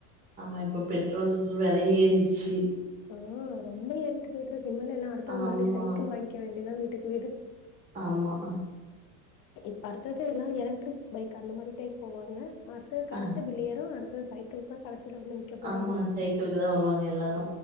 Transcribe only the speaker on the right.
ஆமா இப்போ பெட்ரோல் வெலைய ஏறிடுச்சி
ஆமா
ஆமா
அ
ஆமா சைக்கிளுக்கு தா வருவாங்க எல்லாரு